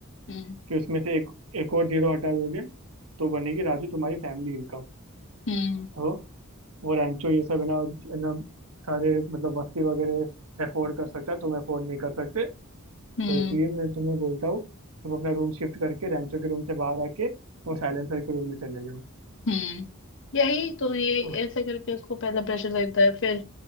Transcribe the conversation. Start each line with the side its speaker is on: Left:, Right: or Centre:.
Left: हम्म
Right: फिर उसमें से एक एक और जीरो हटा दोगे तो बनेगी राजू तुम्हारी फैमिली इनकम
Left: हम्म
Right: तो वो रेंचो ये सब है ना है ना, सारे मतलब वस्ती वगैरह अफोर्ड कर सकता है तुम अफोर्ड नहीं कर सकते तो
Left: हम्म हम्म
Right: इसलिए मैं तुम्हें बोलता हूँ तुम अपना रूम शिफ्ट करके रेंचो के रूम से बाहर आके वो साइलेंसर के रूम में चले जाओ
Left: हम्म। यही तो ये
Right: तो
Left: ऐसे करके उसको पहले प्रेशर देता है फिर